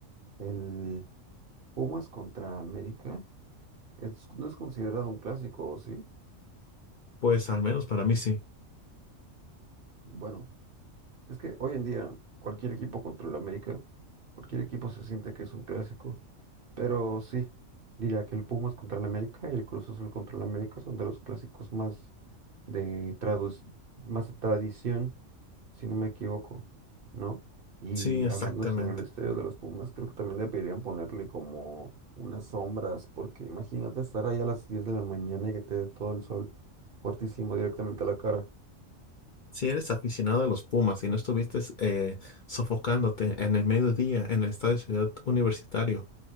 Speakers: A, on the right; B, on the left.
A: el Pumas contra América es- no es considerado un clásico, ¿o ¿sí?
B: Pues al menos para mí sí.
A: Bueno, es que hoy en día cualquier equipo contra el América, cualquier equipo se siente que es un clásico, pero sí, diría que el Pumas contra el América y el Cruz Azul contra el América son de los clásicos más de tradu- más de tradición si no me equivoco, ¿no? Y
B: Sí, exactamente.
A: hablando sobre el estadio de los Pumas, creo que también deberían ponerle como unas sombras, porque imagínate estar ahí a las 10 de la mañana y que te dé todo el sol fuertísimo directamente a la cara.
B: Si eres aficionado a los Pumas y no estuviste eh, sofocándote en el mediodía en el estadio Ciudad Universitario,